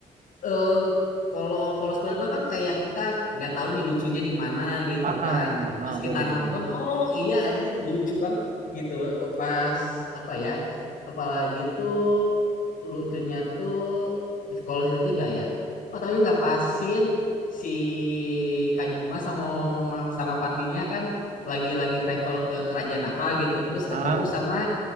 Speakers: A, on the left; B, on the right.
A: eh, kalau kalau Spiral 2 kan kayak kita nggak tahu nih lucunya di mana gitu
B: ah
A: kan.
B: ah,
A: Pas
B: ah,
A: kita
B: betul
A: nonton,
B: betul betul.
A: oh iya anjir lucu banget gitu. Pas apa ya? Apalagi tuh lucunya tuh kalau season 3 ya. Oh tapi nggak pasin si Kajuma sama sama partinya kan lagi-lagi travel ke kerajaan apa gitu. Terus
B: ah
A: ketemu sama